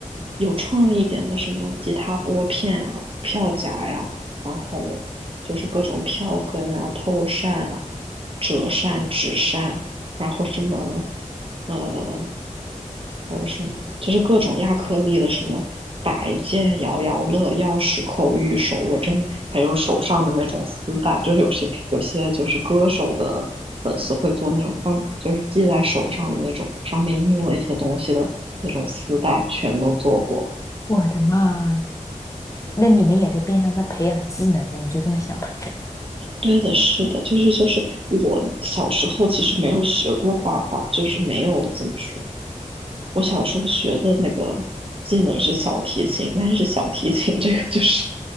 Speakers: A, on the right (about 45°); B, on the left (about 25°).
A: 有创意一点的什么吉他拨片啊、票夹呀、然后就是各种票根啊、透扇啊、折扇、纸扇然后什么呃，还有什么，就是各种亚克力的什么摆件、摇摇乐、钥匙扣、玉手，我真的还有手上的那种丝带，就是有些有些就是歌手的粉丝会做那种放，就是系在手上的那种，上面印了一些东西的那种丝带，全都做过。
B: 我的妈呀！那你们也是变相在培养技能了，你就这么想吧？
A: 对的，是的，就是就是我小时候其实没有学过画画，就是没有怎么说。我小时候学的那个技能是小提琴，但是小提琴这个就是